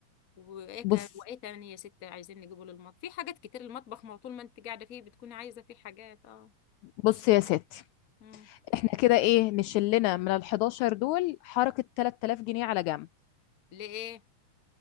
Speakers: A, on the left; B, on the left.
A: وايه
B: بص
A: كان وايه تاني يا ست عايزين نجيبه للمطبخ في حاجات كتير المطبخ ما هو طول ما انت قاعده فيه بتكوني عايزه فيه حاجات اه
B: بص يا ستي
A: مم.
B: احنا كده ايه نشلنا من ال 11 دول حركة 3000 جنيه على جنب
A: ليه